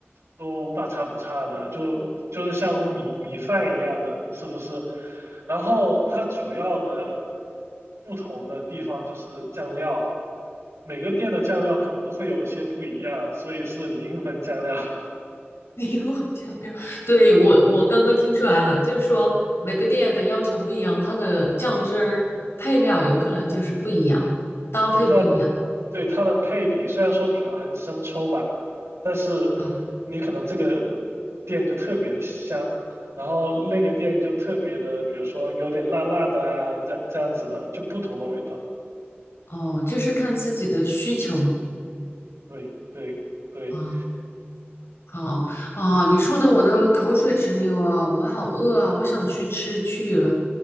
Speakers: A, on the right; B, on the left.
A: 都大差不差的，就就是像米米饭一样的，是不是？然后它主要的不同的地方就是酱料，每个店的酱料可能都会有些不一样，所以是灵魂酱料。<laughs>
B: 灵魂酱料。对，我我刚刚听出来了，就是说每个店的要求不一样，它的酱汁儿配料有可能就是不一样，搭配不一样。
A: 对它的对它的配比，虽然说主要还是生抽吧，但是你可能这个
B: 哦
A: 店就特别的香，然后那个店就特别的，比如说有点辣辣的啊，这这样子的，就不同的味道。
B: 哦，就是看自己的需求
A: 对对对，
B: 啊。好啊，你说的我都口水直流啊，我好饿啊，我想去吃去了。